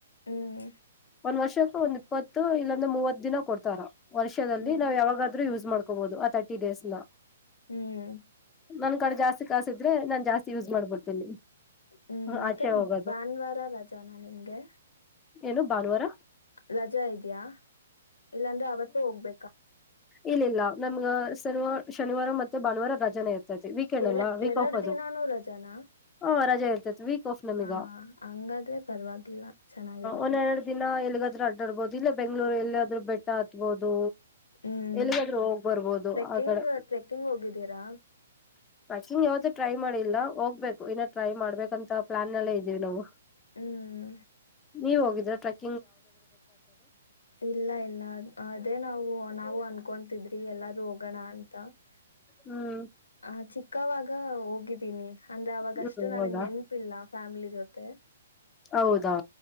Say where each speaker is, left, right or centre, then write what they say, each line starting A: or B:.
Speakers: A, on the left; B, on the left.
A: ಹ್ಮ್
B: ಒಂದ್ ವರ್ಷಕ್ಕ ಒಂದು ಪತ್ತ ಇ ಮೂವತ್ ದಿನ ಕೊಡ್ತಾರ ವರ್ಷದಲ್ಲಿ
A: ಹ್ಮ್
B: ನ್ ಯಾವಾಗೂ ಮಾಡ್ಕೋಬಹುದು ಆ ತರ್ಟಿ ಡೇಸ್ ನ
A: ಹ್ಮ್
B: ನನ್ ಕಡೆ ಜಾಸ್ತಿ ಕಾಸಿದ್ರೆ ನಾನ್ ಜಾಸ್ತಿ ಯೂಸ್ ಮಾಡ್ಬಿಡ್ತೀನಿ
A: ಹ್ಮ್ ಮತ್ತೆ
B: ಆಚೆ ಹೋಗೋದು
A: ಭಾನುವಾರ ರಜಾನ ನಿಮ್ಗೆ?
B: ಏನು ಭಾನುವಾರ
A: ರಜಾ ಇದ್ಯಾ, ಇಲ್ಲಾಂದ್ರೆ ಅವತ್ತು ಹೋಗ್ಬೇಕಾ?
B: ಇಲ್ಲ ಇಲ್ಲ ನಮ್ಗ ಸರ್ವ ಶನಿವಾರ ಮತ್ ಭಾನುವಾರ ರಜಾನೆ ಇರ್ತೈತಿ ವೀಕೆಂಡ್
A: ಎರ
B: ಎಲ್ಲ ವೀಕ್
A: ಎರಡ್
B: ಆಫ್ ಅದು
A: ದಿನಾನೂ ರಜಾನ
B: ಹ ರಜೆ ಇರ್ತತಿ ವೀಕ್ ಆಫ್ ನಮಗ
A: ಹ ಹಂಗಾದ್ರೆ ಪರವಾಗಿಲ್ಲ ಚೆನ್ನಾಗಿರುತ್ತೆ
B: ಒೆರಡು ದಿನ ಅಡ್ಡಾಡ್ಬಹುದು ಇಲ್ಲ ಬೆಂಗ್ಗಳೂರು ಎಲ್ಲಿ ಆದ್ರೂ ಬೆಟ್ಟ ಹಾತ್ಬಹುದು
A: ಹ್ಮ್
B: ಎಲ್ಲಿಾದ್ರೂ ಹೋಗ್ ಬರ್ಬೋದು
A: ಟ್ರೆಕ್ಕಿಂಗ್
B: ಆ ಗಡೆ
A: ಟ್ರೆಕ್ಕಿಂಗ್ ಹೋಗಿದ್ದೀರಾ
B: ಪಕಿಂಗ್ ಯಾವ್ದೂ ಟ್ರೈ ಮಾಡಿಿಲ್ಲ ಹೋಗ್ಬೇಕು ಇನ್ನ ಟ್ರೈ ಮಾಡ್ಬೇಕು ಅಂತ ಪ್ಲಾನ್ಲ್ಲೇ ಇದೀವಿ ನಾವು
A: ಹ್ಮ್
B: ನೀವೆ ಹೋಗಿದ್ <unintelligible>
A: ಇಲ್ಲ ಇಲ್ಲ ಅದೇ ನಾವು ನಾವು ಅನ್ಕೊತಿದ್ದೀವಿ ಎಲ್ಲದ್ರು ಹೋಗಣ <inaudible>
B: ಹ್ಮ್
A: ಆ ಚಿಕ್ಕಾವಾಗ್ ಈಗ ಹೋಗಿದ್ದೀನಿ ಅಂದ್ರೆ ಅವಾಗಷ್ಟು
B: ಹ್ಮ್
A: ನನಗ್
B: ಹೌದಾ
A: ನೆನಪಿಲ್ಲ ಫ್ಯಾಮಿಲಿ ಜೊತೆ
B: ಹೌದಾ